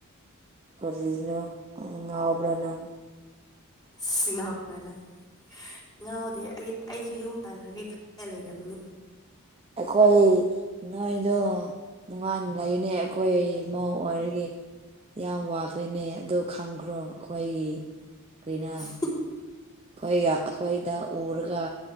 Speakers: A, on the right; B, on the left.
A: ꯀꯔꯤꯅꯣ ꯑ ꯉꯥꯎꯕ꯭ꯔ ꯅꯪ
B: ꯁꯤꯅꯥꯎ ꯄꯦꯂꯥ <inaudible> ꯉꯥꯎꯗꯦ ꯑꯩ ꯑꯩꯁꯨ ꯌꯨꯝ ꯄꯥꯟꯈ꯭ꯔꯒꯦ ꯈꯟꯂ ꯂꯩꯔꯕꯅꯤ
A: ꯑꯩꯈꯣꯏ ꯅꯣꯏꯗꯣ ꯅꯨꯡꯉꯥꯏꯅ ꯂꯩꯅꯦ ꯑꯩꯈꯣꯏ ꯃꯧ ꯑꯣꯏꯔꯒꯦ ꯌꯥꯝ ꯋꯥꯈ꯭ꯔꯦꯅꯦ ꯑꯗꯨ ꯈꯪꯈ꯭ꯔꯣ ꯑꯩꯈꯣꯏ ꯀ꯭ꯔꯤꯅ
B: ꯎꯝ
A: ꯑꯩꯈꯣꯏ ꯑꯩꯈꯣꯏꯗ ꯎꯔꯒ